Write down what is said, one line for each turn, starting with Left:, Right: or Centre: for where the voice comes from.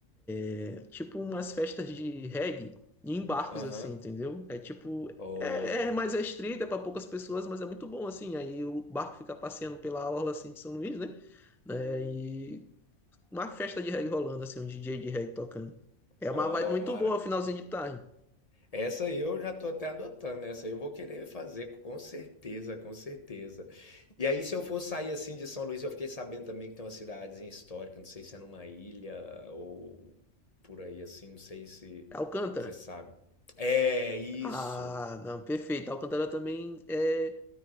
Centre: é, tipo umas festas de reggae em barcos,
Left: Aham.
Centre: assim, entendeu? É tipo.
Left: Ó,
Centre: É, é mais restrito, é pra poucas pessoas, mas é muito bom, assim. Aí o barco fica passeando pela orla, assim, de São Luís, né? Né, e uma festa de reggae rolando, assim, um DJ de reggae tocando. É
Left: ó,
Centre: uma vibe muito
Left: Mara.
Centre: boa, finalzinho de tarde.
Left: Essa aí eu já tô até adotando, né? essa aí eu vou querer fazer, com certeza, com certeza. E aí, se eu for sair assim de São Luís, eu fiquei sabendo também que tem uma cidadezinha histórica, não sei se é numa ilha ou por aí assim, não sei se
Centre: Alcântara.
Left: você sabe. É isso.
Centre: Ah, não, perfeito. Alcântara também é